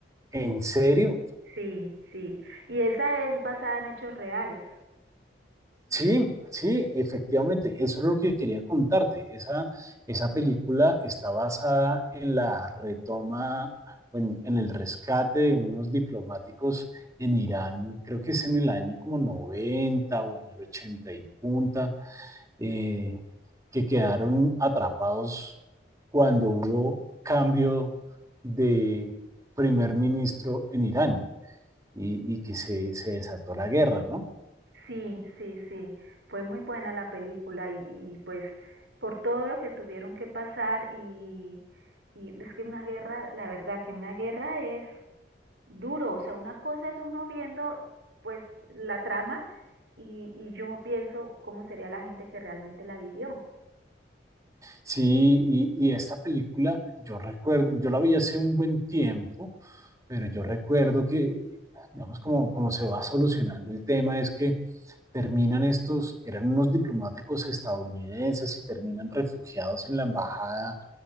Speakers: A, on the right; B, on the right.
A: ¿En serio?
B: Sí, sí. Y esa es basada en hechos reales.
A: Sí, sí, efectivamente, eso es lo que quería contarte. Esa, esa película está basada en la retoma, o en, en el rescate de unos diplomáticos en Irán, creo que es en el año como 90 o en el 80 y punta eh, que quedaron atrapados cuando hubo cambio de primer ministro en Irán y, y que se, se, desató la guerra, ¿no?
B: Sí, sí, sí. Fue muy buena la película y, y, pues por todo lo que tuvieron que pasar y, y es que una guerra, la verdad que una guerra es duro. O sea, una cosa es uno viendo pues la trama y, y yo pienso cómo sería la gente que realmente la vivió.
A: Sí, y, y, esta película, yo recuerdo, yo la vi hace un buen tiempo pero yo recuerdo que, digamos, como, como se va solucionando el tema es que terminan estos, eran unos diplomáticos estadounidenses y terminan refugiados en la embajada,